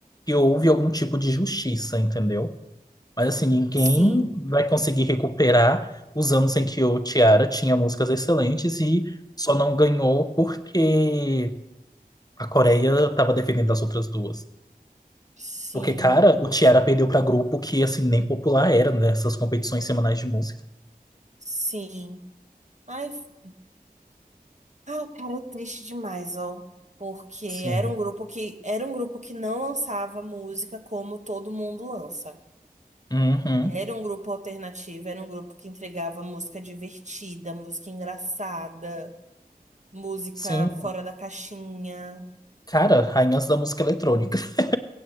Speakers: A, on the left; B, on the right.
A: que houve algum tipo de justiça, entendeu? Mas assim, ninguém
B: Sim.
A: vai conseguir recuperar os anos em que o Tiara tinha músicas excelentes e só não ganhou porque a Coreia tava defendendo as outras duas.
B: Sim.
A: Porque, cara, o Tiara perdeu pra grupo que, assim, nem popular era, nessas competições semanais de música.
B: Sim. Ai, f- ai, cara, é triste demais, ó. Porque
A: Sim.
B: era um grupo que era um grupo que não lançava música como todo mundo lança.
A: Uhum.
B: Era um grupo alternativo, era um grupo que entregava música divertida, música engraçada, música
A: Sim.
B: fora da caixinha.
A: Cara, rainhas da música eletrônica. <laughs>